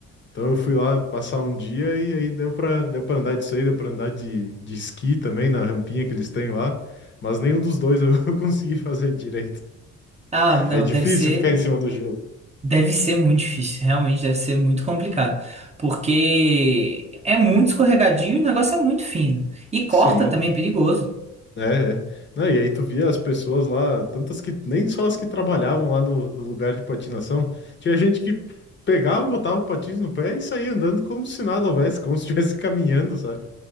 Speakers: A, on the left; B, on the right.
A: Então eu fui lá passar um dia e aí deu pra, deu pra andar disso aí, deu pra andar de, de esqui também na rampinha que eles têm lá. Mas nenhum dos dois eu <laughs> consegui fazer direito.
B: Ah, não,
A: É difícil
B: deve ser,
A: ficar em cima do gelo.
B: deve ser muito difícil, realmente deve ser muito complicado, porque é muito escorregadio e o negócio é muito fino. E corta
A: Sim.
B: também é perigoso.
A: É, é. Não, e aí tu via as pessoas lá, tantas que nem só as que trabalhavam lá no, no lugar de patinação, tinha gente que pegava, botava o patins no pé e saía andando como se nada houvesse, como se estivesse <laughs> caminhando, sabe?